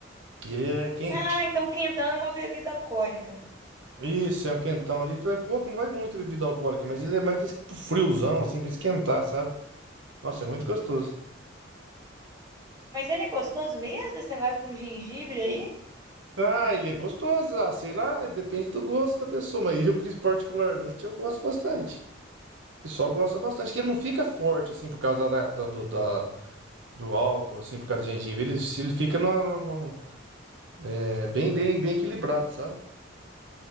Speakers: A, on the right (about 75°); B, on the right (about 20°).
A: E ele é quente.
B: Ah, então quentão é uma bebida alcoólica.
A: Isso, é um quentão ali, que é pouco, não vai muito bebida alcoólica, mas ele é mais pra es- pro friozão, assim, pra esquentar, sabe? Nossa, é muito gostoso.
B: Mas ele é gostoso mesmo, esse negócio com gengibre aí?
A: Ah, ele é gostoso, ah, sei lá, mas depende do gosto da pessoa, mas eu, <laughs> prin- particularmente, eu gosto bastante. O pessoal gosta bastante, que ele não fica forte, assim, por causa da, da- do, da- do álcool, assim, por causa do gengibre. Ele, se ele fica no, no- é, bem, bem, bem equilibrado, sabe?